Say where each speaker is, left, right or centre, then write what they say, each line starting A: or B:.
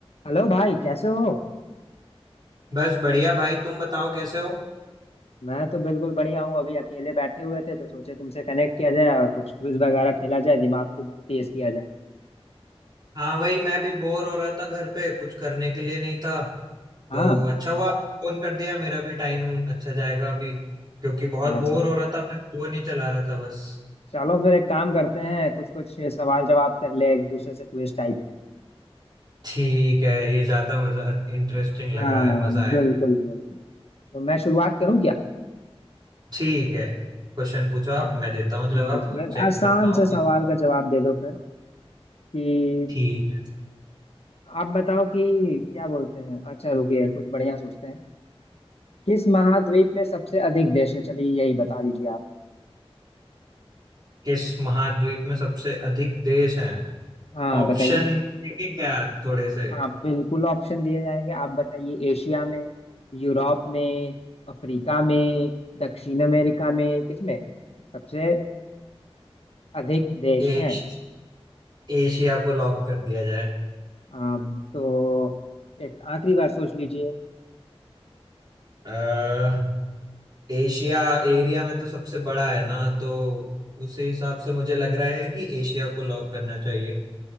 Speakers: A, on the left (about 75°); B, on the right (about 40°).
A: Hello भाई कैसे हो
B: बस बढ़िया भाई तुम बताओ कैसे हो
A: मैं तो बिल्कुल बढ़िया हूँ अभी अकेले बैठे हुए थे तो सोचे तुमसे कनेक्ट किया जाए और कुछ क्विज वगैरह खेला जाए दिमाग को तेज किया जाए
B: हाँ वही मैं भी बोर हो रहा था घर पे कुछ करने के लिए नहीं था
A: हाँ
B: तो अच्छा हुआ फोन कर दिया मेरा भी टाइम अच्छा जाएगा अभी क्योंकि बहुत
A: अच्छा
B: बोर हो रहा था मैं फोन ही चला रहा था बस
A: चलो फिर एक काम करते हैं कुछ कुछ सवाल जवाब कर ले एक दूसरे से क्विज टाइप
B: ठीक है ये ज्यादा मजा इंटरेस्टिंग
A: हाँ
B: लग रहा है मजा आएगा
A: बिल्कुल बिल्कुल तो मैं शुरुआत करूँ क्या
B: ठीक है क्वेश्चन पूछो आप
A: हाँ,
B: मैं देता हूँ जवाब
A: ठीक है चलो एक
B: चेक
A: आसान
B: करता हूँ
A: से
B: कि
A: सवाल का जवाब दे दो फिर कि
B: ठीक
A: आप बताओ कि क्या बोलते हैं अच्छा रुकिए कुछ बढ़िया सोचते हैं किस महाद्वीप में सबसे अधिक देश है चलिए यही बता दीजिए आप
B: किस महाद्वीप में सबसे अधिक देश हैं
A: हाँ
B: ऑप्शन
A: बताइए
B: देंगे क्या थोड़े से
A: हाँ बिल्कुल ऑप्शन दिए जाएंगे आप बताइए एशिया में यूरोप में अफ्रीका में दक्षिण अमेरिका में किसमें सबसे अधिक देश
B: एश,
A: हैं
B: एशिया को लॉक कर दिया जाए
A: आप तो एक आखिरी बार सोच लीजिए
B: अह, एशिया एरिया में तो सबसे बड़ा है ना तो उसी हिसाब से मुझे लग रहा है कि एशिया को लॉक करना चाहिए